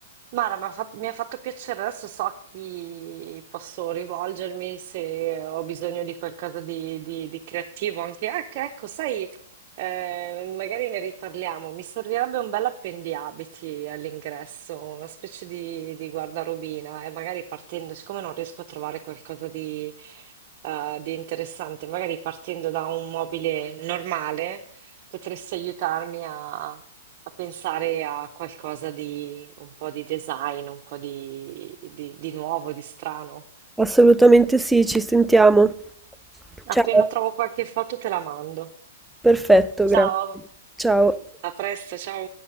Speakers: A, on the right (about 45°); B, in the centre.
A: Mara, m'ha fa mi ha fatto piacere. Adesso so a chi posso rivolgermi se ho bisogno di qualcosa di di di creativo anche ec ecco, sai, ehm, magari ne riparliamo. Mi servirebbe un bell'appendiabiti all'ingresso, una specie di di guardarobina e magari partendo siccome non riesco a trovare qualcosa di, uhm, di interessante, magari partendo da un mobile normale Potresti aiutarmi a, a pensare a qualcosa di un po' di design, un po' di, di- di nuovo, di strano.
B: Assolutamente sì, ci sentiamo.
A: Appena
B: Ciao,
A: trovo qualche foto te la mando.
B: perfetto, grazie.
A: Ciao,
B: Ciao.
A: a presto, ciao.